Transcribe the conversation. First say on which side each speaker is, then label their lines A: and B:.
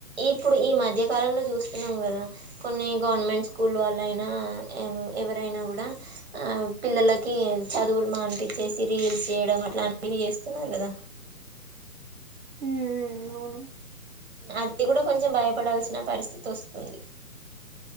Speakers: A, on the right; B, on the right.
A: ఇప్పుడు ఈ మధ్య కాలంలో చూస్తున్నాం గదా, కొన్ని గవర్నమెంట్ స్కూల్ వాళ్ళ అయినా ఎవరైనా గూడా ఆ పిల్లలకి చదువులు మానిపిచ్చేసి రీల్స్ చేయడం అట్లాంటివి చేస్తున్నారు గదా.
B: హూమ్ ఊమ్ అవును
A: అది కూడా కొంచెం భయపడాల్సిన పరిస్థితి వస్తుంది.